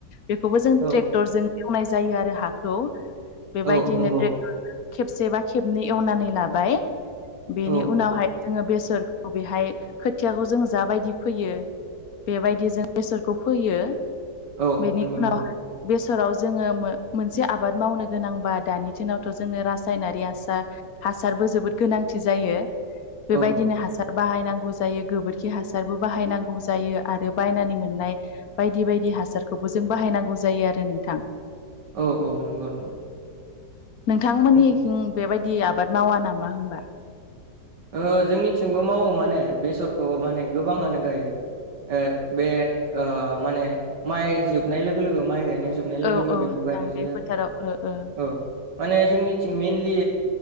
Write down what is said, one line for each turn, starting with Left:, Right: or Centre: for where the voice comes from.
Left: बेखौबो जों
Right: औ
Left: ट्रेक्टर जों मावनाय जायो आरो हाखौ बेबायदिनो
Right: औ नंगौ
Left: ट्रे <unintelligible> खेबसे बा खेबनै एवनानै लाबाय बेनि
Right: औ
Left: उनावहाय जोङो बेसरखौ बेहाय खोथियाखौ जों जा बायदि फोयो। बेबायदि जों इसोरखौ फैयो
Right: औ
Left: बेनि
Right: नंगौ
Left: उनाव
Right: नंगौ
Left: बेसराव जोङो मो-मोनसे आबाद मावनो गोनांबा दानि दिनावथ' जोंनो रासायनारि हासार हासारबो जोबोद गोनांथि जायो।
Right: औ
Left: बेबायदिनो हासार बाहायनांगौ जायो गोबोरखि हासारबो बाहायनांगौ जायो। आरो बायनानै मोननाय बायदि बायदि हासारखौबो जों बाहायनांगौ जायो आरो नोंथां।
Right: औ औ। नंगौ नंगौ
Left: <inaudible> नोंथांमोननिथिं
Right: उम
Left: बेबायदि आबाद मावा नामा होमबा?
Right: ओ जोंनिथिंबो मावो माने बेसरखौ माने गोबाङानो
Left: अ
Right: गायो। ओ बे ओ माने माइ जोबनाय लोगो लोगो माइ गायनाय जोबनाय लोगो
Left: औ
Right: लोगो
Left: औ
Right: बेखौ
Left: नोंथां
Right: बायनाय जायो
Left: बे
Right: आरो।
Left: फोथाराव ओ ओ
Right: औ। माने जोंनिथिं मइेनलि